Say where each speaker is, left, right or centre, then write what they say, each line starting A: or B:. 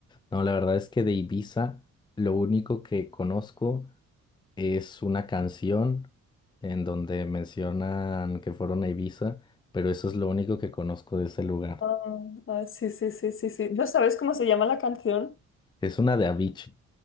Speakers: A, on the left; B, on the left.
A: No, la verdad es que de Ibiza lo único que conozco es una canción en donde mencionan que fueron a Ibiza, pero eso es lo único que conozco de ese lugar.
B: Ah, ah, sí, sí, sí, sí, sí. ¿No sabes cómo se llama la canción?
A: Es una de Avicii.